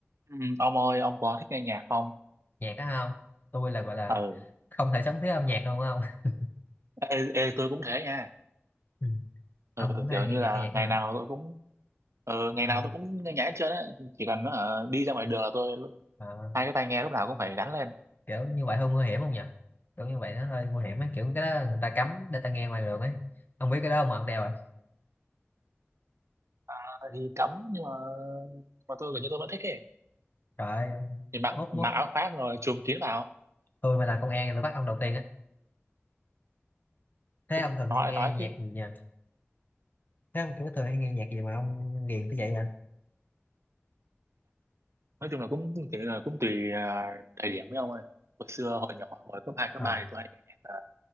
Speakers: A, on the right (about 80°); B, on the left (about 40°).
A: Ừ, ông ơi ông có thích nghe nhạc không
B: nhạc đó không tôi là gọi là
A: ừ
B: không thể sống thiếu âm nhạc luôn không <laughs>
A: ê, ê tôi cũng thế nha
B: ừ.
A: ừ,
B: ông cũng hay
A: kiểu như
B: nghe nhạc
A: là
B: nghe nhạc
A: ngày
B: đó hả
A: nào tôi cũng ừ, ngày
B: Ờ,
A: nào tôi cũng nghe nhạc hết trơn á chỉ cần ờ, đi ra ngoài đường là tôi
B: ờ,
A: hai cái tai nghe lúc nào cũng phải gắn lên
B: kiểu như vậy hơi nguy hiểm không nhỉ kiểu như vậy nó hơi nguy hiểm ấy kiểu cái đó người ta cấm để ta nghe ngoài đường ấy ông biết cái đó không mà ông đeo à
A: Ờ, thì cấm nhưng mà nhưng mà tôi gần như tôi vẫn thích ấy
B: trời ơi, ông-
A: thì mặc
B: mốt
A: mặc
B: mốt
A: áo khoác rồi chùm kín vào
B: tôi mà làm công an thì tôi bắt ông đầu tiên á thế ông thường
A: nói
B: hay nghe
A: nói
B: nhạc
A: chứ
B: gì nhỉ thế ông kiểu thường hay nghe nhạc gì mà ông ghiền tới vậy à
A: nói chung là cũng cũng kiểu là cũng tùy ờ, thời điểm với ông ơi hồi xưa hồi nhỏ hồi cấp hai cấp
B: ờ
A: ba thì tôi hay nghe nhạc ờ,